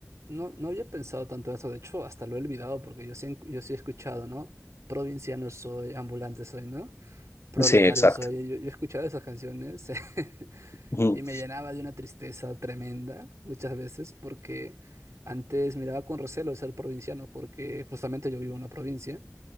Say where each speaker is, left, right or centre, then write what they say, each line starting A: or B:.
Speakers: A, on the right; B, on the left.
A: no, no había pensado tanto en eso, de hecho, hasta lo he olvidado porque yo sí, en- yo sí he escuchado, ¿no? Provinciano soy, ambulante soy, ¿no? Proletario
B: Sí, exacto.
A: soy. Yo, yo he escuchado esas canciones <laughs>
B: Ujú.
A: y me llenaba de una tristeza tremenda muchas veces porque antes miraba con recelo ser provinciano porque justamente yo vivo en una provincia